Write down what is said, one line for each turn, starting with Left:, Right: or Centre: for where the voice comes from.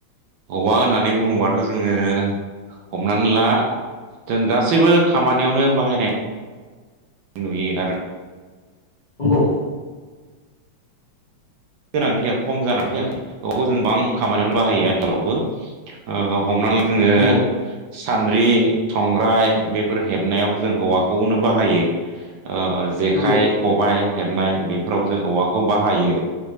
Right: औवा होननानै बुङोबाथ' जोङो हमनानै ला जों गासैबो खामानियावनो बाहायनाय नुयो आरो
Left: नंगौ
Right: गोनांथिया खम जानानै फैयाखै बबखौ जों गोबां खामानियावनो बाहायो आथिखालावबो ओ हमनाला जोङो
Left: नंगौ नंगौ
Right: सान्द्रि संग्राय बेफोर हेबनायावबो जों औवाखौनो बाहायो ओ जेखाइ
Left: नंगौ
Right: खबाय हेबनाय बेफोराव जों औवाखौ बाहायो